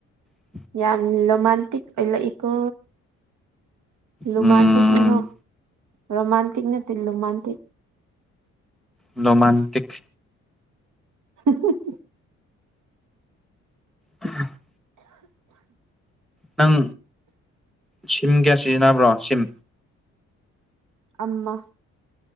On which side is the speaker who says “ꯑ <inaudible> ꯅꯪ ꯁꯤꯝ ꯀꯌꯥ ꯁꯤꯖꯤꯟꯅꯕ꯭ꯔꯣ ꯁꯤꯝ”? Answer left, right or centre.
Centre